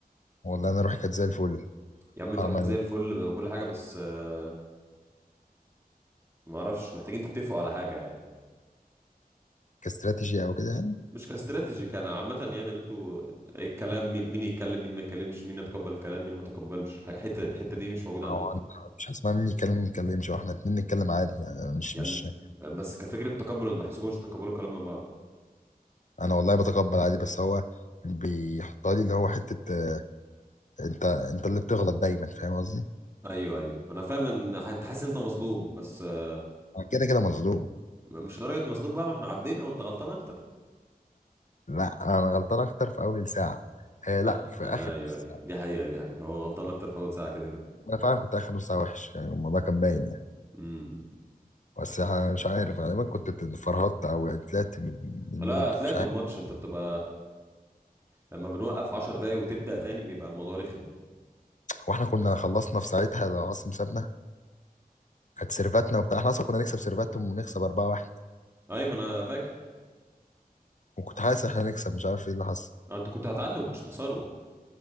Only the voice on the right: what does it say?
يا عم
انت روحك
زي الفل وكل حاجه بس آه، ما اعرفش محتاجين تتفقوا على حاجه يعني
مش كاستراتيجي كان عامة يعني اللي انتوا الكلام مي- مين يتكلم مين ما يتكلمش مين يتقبل الكلام مين ما يتقبلش الح- الحتة الحتة دي مش موجودة
عندكم
يعني
بس كفكرة تقبل انا بحسكم مش تقبلوا الكلام من بعض
ايوه ايوه انا فاهم ان ح- انت حاسس ان انت مظلوم بس آه،
مش لدرجة مظلوم بقى ما احنا عدينا وانت غلطان اكتر
لا
ايوه
ايوه
دي حقيقة دي حقيقة هو غلطان اكتر في اول ساعة كده كده
امم
لا
طلعت
الماتش انت بتبقى لما بنوقف 10 دقايق وتبدأ تاني بيبقى الموضوع رخم
ايوه ما انا فاكر
آه، انت كنت هتعادل وما كنتش تخسروا